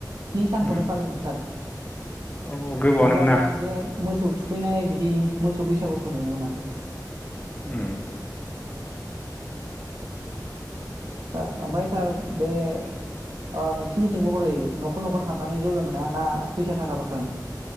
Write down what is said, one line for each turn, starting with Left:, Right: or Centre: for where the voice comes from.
Right: स्नि सानखौनो
Left: उम
Right: फालियोमोन सार
Left: औ गोबावानोमोन
Right: अब्लाबो
Left: ना
Right: आं बे मोसौ थु थुखैनाय बिदि मोसौ बैसागुखौ नुनो मोनाखै।
Left: ओम।
Right: सार आमफाय सार बे ओ नोंसिनिथिंबो हरै नखर नखर हाबनानै जौ लोङोना ना? फैसा थाखाबो खाङो